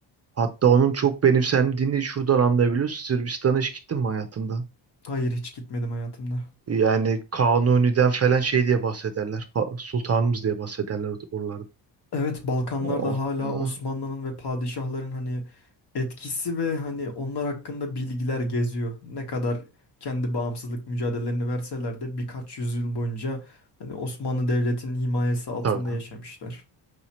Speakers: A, on the right; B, on the left.
A: Hatta onun çok benimsendiğini şuradan anlayabiliyoruz. Sırbistan'a hiç gittin mi hayatında?
B: Hayır hiç gitmedim hayatımda.
A: Yani Kanuni'den falan şey diye bahsederler. Pa- Sultanımız diye bahsederler or- oralarda.
B: Evet Balkanlarda
A: Oh.
B: hala
A: hmm.
B: Osmanlı'nın ve padişahların hani etkisi ve hani onlar hakkında bilgiler geziyor. Ne kadar kendi bağımsızlık mücadelelerini verseler de birkaç yüzyıl boyunca hani Osmanlı Devleti'nin himayesi altında
A: Tabii.
B: yaşamışlar.